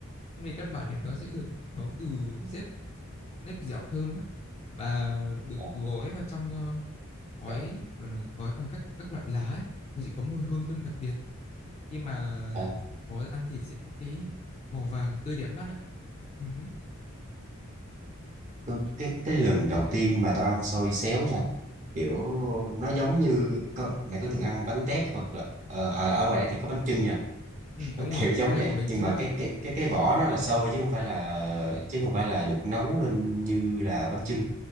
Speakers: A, on the left; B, on the right.
A: về căn bản thì nó sẽ được nấu từ nếp nếp dẻo thơm á, và được
B: à,
A: gói vào trong ờ, gói
B: đậu-
A: gọi là gói bằng các các loại lá ấy. Nó sẽ có mùi hương thơm đặc biệt khi mà
B: à.
A: có ăn thì sẽ có cái màu vàng tươi đẹp mắt á. Ừ, hứ.
B: Cái, cái cái lần đầu tiên mà tao ăn xôi xéo nha kiểu nó giống như có, mày có từng ăn bánh tét hoặc là ờ, à, ở ngoài đây thì có bánh chưng nha
A: ừ,
B: nó
A: đúng
B: kiểu
A: rồi,
B: giống
A: đấy là
B: vậy
A: có bánh
B: nhưng
A: chưng
B: mà
A: á.
B: cái cái cái cái vỏ nó là xôi chứ không phải là chứ không phải là được nấu lên như là bánh chưng